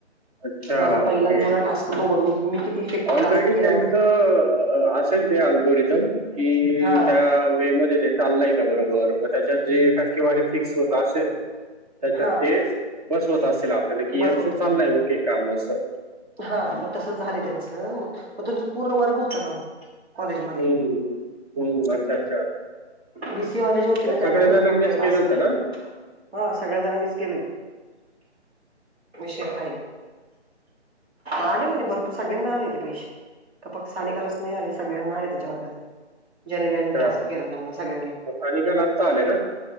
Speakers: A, on the right; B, on the right.
A: अच्छा
B: माझा पहिला
A: ओके
B: जुना टास्क बघुन मी मी किती इफेक्टिव
A: ऑलरेडी
B: टास्क केलाय
A: त्यांचं
B: का
A: अह, असेल ते अल्गोरिदम की
B: हा
A: त्या वे मध्ये ते चालय का बरोबर न त्याच्यात जे टक्केवारी फिक्स होत ता असेल त्याच्यात
B: हा
A: ते बसवत असतील आपल्याला कि
B: बस
A: यांच
B: होते
A: चाललंय ते काम असं.
B: हा मग तसंच झाले त्यांचं मग म तुमच पूर्ण वर्ग होता नाहो कॉलेजमधला.
A: हम्म हम्म अच्छा अच्छा.
B: बी सी ए वाले जे होते
A: मग
B: ना त्यांनाच
A: सगळ्या
B: होता
A: जणांनीच
B: फक्त हे
A: केलं
B: टास्क.
A: होतं
B: हा
A: ना
B: सगळ्या जणांनीच केले विषय हाय. आले म्हणे भरपूर सगळ्यांना आले ते पैसे का फक्त सानिकालच नाही आले सगळ्यांना आले त्यांच्या वर्गातले. ज्यानी ड्यानी
A: अच्छा
B: टास्क केलं त्यांना सगळ्यांनला.
A: मग अनिकाला आत्ता आले ना